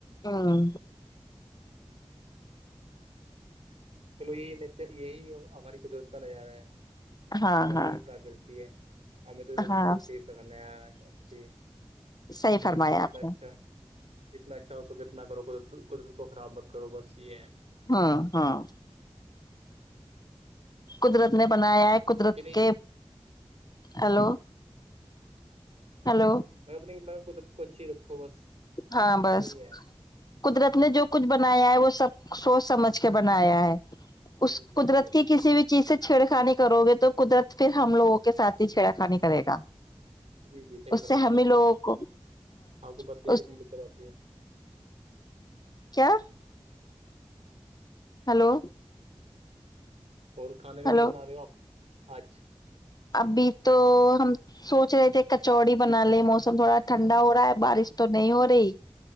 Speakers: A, on the left; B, on the right.
A: ہاں
B: چلو یہی نچ یہی ہماری قدرت کا نظارہ ہے
A: ہاں
B: یک
A: ہاں
B: یہی پراکرتی ہے ہمیں تو بس
A: ہاں
B: کو سیف سنا ہے اچھی
A: صحیح
B: آل
A: فرمایا
B: تو سے کتنا
A: آپ
B: اچھا
A: نے
B: اتنا اچھا ہو سک اتنا کرو قدرت کو خراب مت کرو بس یہ ہے
A: ہاں ہاں قدرت نے بنایا ہے قدرت
B: کہ نہیں
A: کے
B: جی
A: ہیلو ہلو
B: میں اپنی میں قدرت کو اچھی رکھو بس
A: ہاں
B: مین
A: بس
B: تو یہ ہے
A: قدرت نے جو کچھ بنایا ہے وہ سب سوچ سمجھ کے بنایا ہے اس
B: جی جی
A: قدرت
B: جی ضرور
A: کی کسی بھی چیز سے چھیڑا خانی کرو گے تو قدرت پھر ہم لوگوں کے ساتھ ہی چھیڑا خانی کرے گا
B: جی جی صحیح
A: اس
B: فرما
A: سے ہمیں
B: رہے ہو
A: لوگوں
B: جی آپ
A: کو
B: آپ کو پتہ
A: ہ
B: کتنی دقت آتی ہے
A: کیا ہلو
B: اور کھانا بھی
A: ہلو
B: کیا بنا رہے ہو آپ آجھ
A: ابھی تو ہم سوچ رہے تھے کچوڑی بنا لے موسم تھوڑا ٹھنڈا ہو رہا ہے بارش تو نہیں ہو رہی